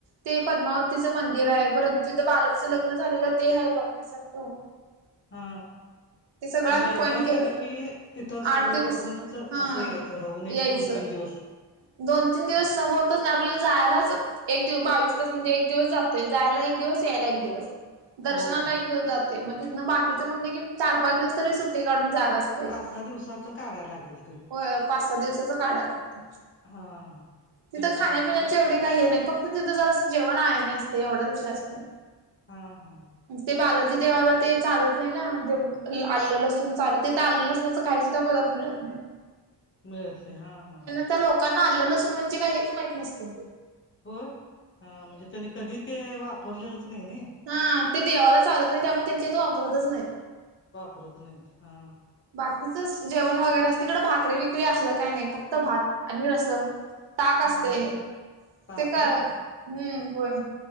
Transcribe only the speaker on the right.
ते पद्मावतीचं मंदिर आहे परत जिथं बालाचं लग्न झालेलं ते आहे बघण्यासारखं
ते सगळं
आम्ही
पॉईंट केलं
आठ दिवस
हा
यायचं.
दोन तीन दिवस
सत आपल्याला जायलाच एक दिव बावीस तास म्हणजे एक दिवस जातोय जायला एक दिवस यायला एक दिवस दर्शनाला
एक दिवस जातो मग तिथनं बाकीच म्हणले की चार पाच दिवस तरी सुट्टी काढून जायलाच पाहिजे
हो पाच सहा दिवसाच काढा लागते
तिथं
खाण्यापिण्याची
एवढी काही हे नाही फक्त तिथं जरा जेवण आहे नाही असते एवढ्या दिवशी असते
ते बालाजी देवाला ते चालत नाही ना आलेलं असून चालत ते तर आलेलं अस ना तर काही सुद्धा प रत नाही
त्या लोकांना आलेलं असून म्हणजे काय हेच माहत नसते
हा ते देवाला चालत नाही त्यामुळे त्यांच्या इथ वापरतच नाही
बाकीच जेवण वगैरे अस तिकड भाकरी विकरी असलं काही नाही फक्त भात आणि रसम ताक असते
ते का
हम्म होय